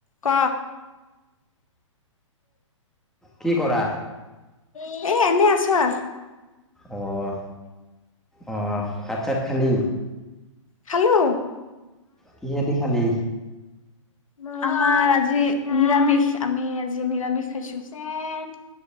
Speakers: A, on the left; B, in the centre.
A: ক
B: কি কৰা?
A: এ, এনেই আছ আও
B: অঁহ, অঁহ ভাত সাত চাত খালী?
A: খালো।
B: কিহেদি খালি?
A: <unintelligible> আমাৰ আজি নিৰামিষ, আমি আজি নিৰামিষ খাইছো। <unintelligible>